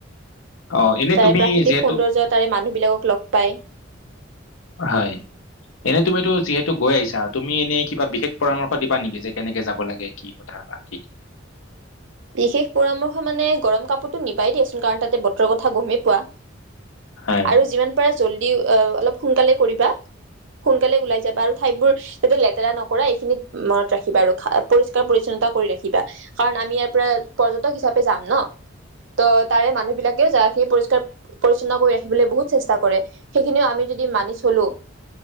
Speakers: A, on the left (about 80°); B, on the right (about 65°).
A: অ এনে
B: তাৰে
A: তুমি
B: প্ৰাকৃতিক
A: যিহেতু
B: সৌন্দৰ্য তাৰে মানুহবিলাকক লগ পায়
A: হয় এনে তুমিতো যিহেতু গৈ আহিছা তুমি এনেই কিবা বিশেষ পৰামৰ্শ দিবা নেকি যে কেনেকে যাব লাগে কি কথা বা কি
B: বিশেষ পৰামৰ্শ মানে গৰম কাপোৰটো নিবাই দিয়েচোন কাৰণ তাতে বতৰৰ কথা গমেই পোৱা
A: হয়
B: আৰু যিমান পাৰে জল্দি অ অলপ সোনকালে কৰিবা সোনকালে ওলাই যাবা আৰু ঠাইবোৰ যাতে লেতেৰা নকৰা এইখিনিত মনত ৰাখিবা আৰু পৰিষ্কাৰ পৰি্ছন্নতা কৰি ৰাখিবা কাৰণ আমি ই পৰ্যটক হিচাপে যাম ন ত তাৰে মানুহ বিলাকেও য সেই পৰিষ্কাৰ পৰিচ্ছন্ন কৰি ৰাখিবলৈ বহুত চেষ্টা কৰে সেইখিনিও আমি যদি মানি চলো